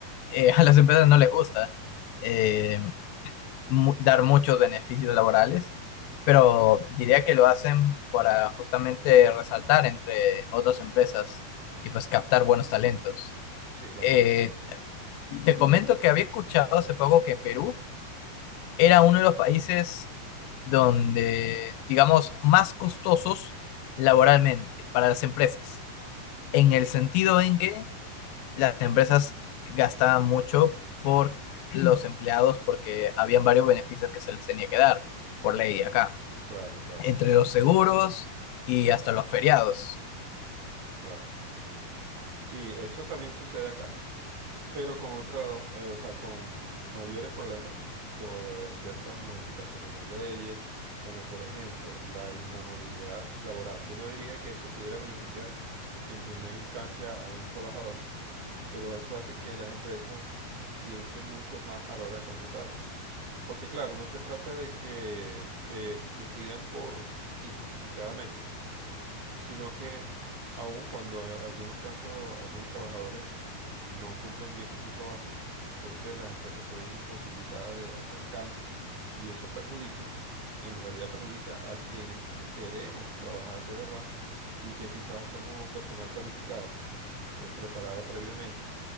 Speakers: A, on the left; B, on the right.
A: eh, a las empresas no les gusta eh, mu- dar muchos beneficios laborales, pero diría que lo hacen para justamente resaltar entre otras empresas y pues captar buenos talentos.
B: Sí, la
A: Eh,
B: competencia.
A: te comento que había escuchado hace poco que Perú era uno de los países donde, digamos, más costosos laboralmente para las empresas, en el sentido en que las empresas gastaban mucho por los empleados porque habían varios beneficios que se les tenía que dar por ley
B: Claro,
A: acá,
B: claro, claro,
A: entre los seguros y hasta los feriados.
B: claro, sí. Sí, eso también sucede acá, pero con otro, eh, o sea, con mayores problemas por eh, ciertas modificaciones de leyes, como por ejemplo la inamovilidad laboral, que uno diría que eso pudiera beneficiar en primera instancia a un trabajador pero eso hace que las empresas piensen mucho más a la hora de contratar. Porque claro, no se trata de que te despidan por injustificadamente, sino que aun cuando en algunos casos algunos trabajadores no cumplen bien con su trabajo, entonces las empresas se ven imposibilitadas de hacer cambios y eso perjudica, en realidad perjudica a quienes queremos trabajar de verdad y que quizás somos personal calificado, eh, preparado previamente